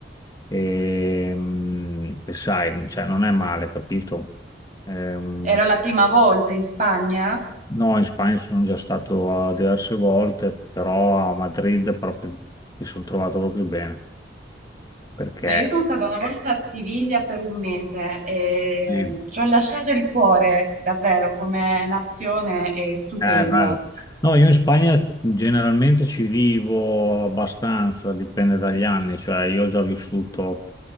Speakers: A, on the left; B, on the right.
A: E, mh, e sai, cioè, non è male, capito? Ehm,
B: Era la prima volta in Spagna?
A: No, in Spagna sono già stato eh, diverse volte, però a Madrid proprio mi sono trovato proprio bene, perché
B: No, io sono stata una volta a Siviglia per un mese e
A: lì
B: ci ho lasciato il cuore, davvero, come nazione è stupenda.
A: Eh, bello. No, io in Spagna generalmente ci vivo abbastanza, dipende dagli anni, cioè io ho già vissuto